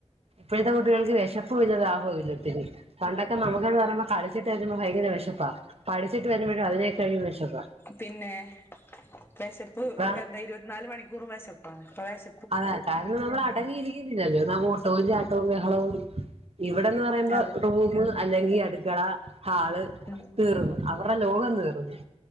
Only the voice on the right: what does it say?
ഇപ്പഴത്തെ കുട്ടികൾക്ക് വെശപ്പുല്ല ദാഹുല്ല ത്തിരി പണ്ടൊക്കെ നമ്മക്ക്ന്നറയുമ്പോ കളിച്ചിട്ട് വരുമ്പോ ഭയങ്കര വെഷപ്പാ പഠിച്ചിട്ട് വരുമ്പഴും അതിനേക്കാഴി വെഷപ്പാ
ഇപ്പ
അതെ കാരണം നമ്മള് അടങ്ങിയിരിക്കുന്നില്ലല്ലോ ന ഓട്ടോവും ചാട്ടവും ബഹളവും ഇവടന്ന് പറയുമ്പോ
റൂമ് അല്ലെങ്കി അടുക്കള ഹാള്
തീർന്ന് അവർട ലോകം തീർന്ന്